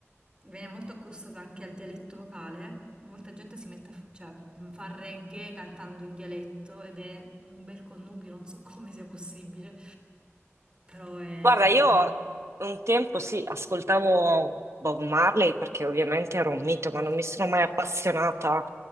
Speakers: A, on the right; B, on the right.
A: viene molto accostata anche al dialetto locale, molta gente si mette a, f- cioè, mh, fa reggae cantando in dialetto ed è un bel connubio, non so come sia possibile, però è...
B: guarda, io
A: mm,
B: un tempo sì, ascoltavo Bob Marley perché ovviamente era un mito,
A: certo,
B: ma non mi sono mai appassionata.